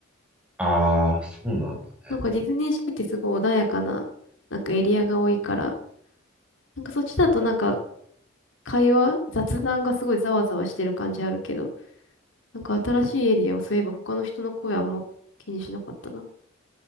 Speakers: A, in the centre; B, on the left.
A: な。ああ、そうなんだね。
B: なんかディズニーシーってすごい穏やかな、なんかエリアが多いから、なんかそっちだとなんか会話、雑談がすごいざわざわしてる感じあるけど、なんか新しいエリアをそういえば他の人の声あんま気にしなかったな。